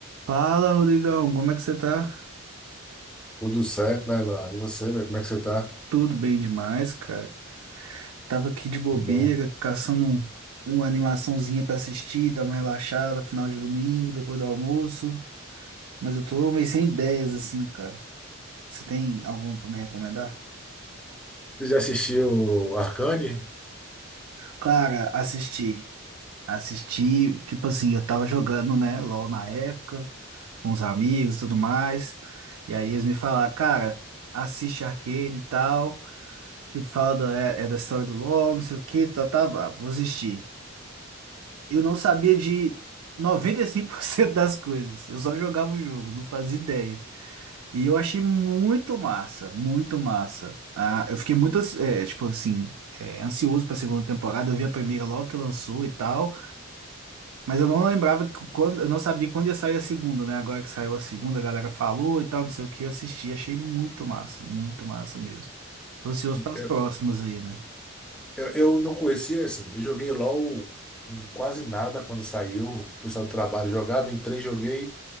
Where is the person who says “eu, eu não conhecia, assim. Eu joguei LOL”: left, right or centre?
Centre